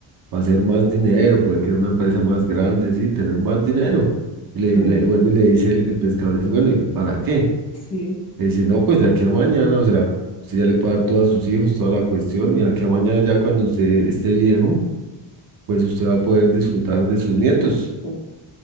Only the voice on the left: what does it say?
ajá,
sí,
mm,